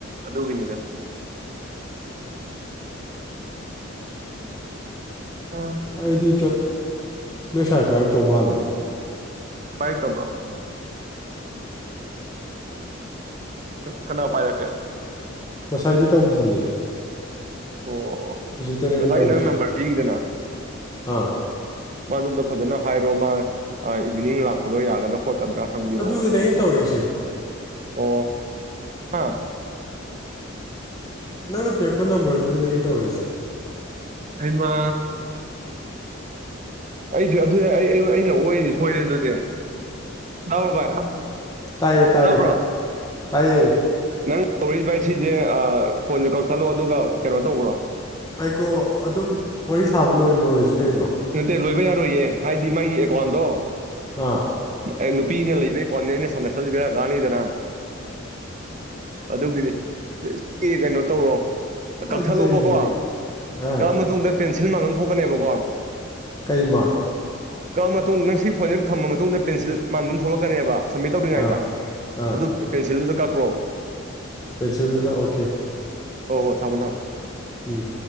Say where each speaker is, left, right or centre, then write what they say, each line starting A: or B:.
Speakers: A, on the right; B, on the left.
A: ꯑꯗꯨꯒꯤꯅꯤꯗ ꯑ
B: ꯑꯩꯗꯤ ꯅꯣꯏ ꯏꯁꯥꯏꯐꯔ ꯇꯧ ꯃꯥꯜꯂꯨꯔꯦ
A: ꯄꯥꯏꯇꯕ꯭ꯔꯣ ꯀꯅꯥꯣ ꯄꯥꯏꯔꯛꯀꯦ
B: ꯉꯁꯥꯏꯒꯤ ꯇꯧꯗꯤꯌꯦ
A: ꯑꯣ ꯑꯣ
B: ꯍꯧꯖꯤꯛꯇꯅꯦ
A: ꯉꯁꯥꯏꯒꯤ
B: ꯑꯩꯅ ꯇꯧꯔꯤꯁꯦ
A: ꯅꯪ ꯅꯝꯕꯔ ꯄꯤꯈꯤꯗꯅ
B: ꯑꯥ
A: ꯃꯥꯗꯨꯝꯗꯣ ꯐꯖꯅ ꯍꯥꯏꯔꯣ ꯃꯥ ꯏꯚꯤꯅꯤꯡ ꯂꯥꯛꯄꯗꯣ ꯌꯥꯒꯗ꯭ꯔꯥ ꯊꯣꯛꯀꯗ꯭ꯔꯥ ꯍꯪꯕꯤꯔꯛꯑꯣꯅ
B: ꯑꯗꯨꯗꯅꯦ
A: ꯍꯥꯏꯕ
B: ꯑꯩꯅ ꯇꯧꯔꯛꯏꯁꯦ
A: ꯑꯣ ꯍꯥꯥ
B: ꯅꯪꯅ ꯄꯤꯔꯛꯄ ꯅꯝꯕꯔꯗꯨꯗꯅꯦ ꯑꯩꯅ ꯇꯧꯔꯛꯏꯁꯦ
A: ꯍꯥꯏꯩꯃ ꯑꯩꯁꯨ ꯑꯗꯨ ꯑꯩ ꯑꯩꯅ ꯑꯣꯏꯗꯤ ꯁꯣꯏꯔꯦ ꯑꯗꯨꯗꯤ ꯇꯥꯕ꯭ꯔꯣꯕꯥꯏ
B: ꯇꯥꯏꯌꯦ ꯇꯥꯏꯌꯦ
A: ꯇꯥꯕ꯭ꯔꯣ
B: ꯇꯥꯏꯌꯦ
A: ꯉꯪ ꯇꯧꯔꯛ ꯚꯥꯏ ꯁꯤꯁꯦ ꯐꯣꯟꯗ ꯀꯛꯊꯠꯂꯛꯣ ꯑꯗꯨꯒ ꯀꯩꯅꯣ ꯇꯧꯕ꯭ꯔꯣ
B: ꯑꯩꯀꯣ ꯑꯗꯨꯝ ꯋꯥꯔꯤ ꯁꯥꯕ ꯂꯣꯏ ꯂꯣꯏꯔꯁꯤ ꯀꯩꯅꯣ
A: ꯅꯠꯇꯦ ꯂꯣꯏꯕ ꯌꯥꯔꯣꯏꯌꯦ ꯍꯥꯏꯗꯤ ꯃꯥꯒꯤ ꯑꯦꯀꯥꯎꯟꯗꯣ
B: ꯑ
A: ꯑꯦ ꯅꯨꯄꯤꯅ ꯂꯩꯕꯩ ꯀꯣꯅꯤ ꯑꯩꯅ ꯁꯅꯁꯟꯕꯤ ꯀꯅꯤꯗꯅ ꯑꯗꯨꯒꯤꯅꯤ ꯁꯤ ꯀꯩꯅꯣ ꯇꯧꯔꯣ
B: ꯐꯖꯩꯔꯦ
A: ꯀꯛꯊꯠꯂꯣꯕꯀꯣ
B: ꯑꯥ
A: ꯀꯛꯑ ꯃꯇꯨꯡꯗ ꯄꯦꯟꯁꯤꯜ ꯃꯥꯡ ꯑꯃ ꯊꯣꯛꯀꯅꯦꯕꯀꯣ
B: ꯀꯩꯃꯥꯔ
A: ꯀꯛ ꯃꯇꯨꯡ ꯅꯪ ꯁꯤ ꯐꯣꯏꯁ ꯊꯝꯃ ꯃꯇꯨꯡꯗ ꯄꯦꯟꯁꯤꯜ ꯃꯥꯟꯗꯨꯝ ꯊꯣꯛꯂꯛꯀꯅꯦꯕ ꯁꯝꯃꯤꯠ ꯇꯧꯗ꯭ꯔꯤꯉꯩꯗ
B: ꯑꯥ ꯑꯥ
A: ꯑꯗꯨ ꯀꯦꯟꯁꯤꯜꯗꯨꯗ ꯀꯛꯈ꯭ꯔꯣꯕ
B: ꯄꯦꯟꯁꯤꯜꯗꯨꯗ ꯑꯣꯀꯦ
A: ꯍꯣꯏ ꯍꯣ ꯊꯥꯃꯣ ꯊꯝꯃꯣ
B: ꯎꯝ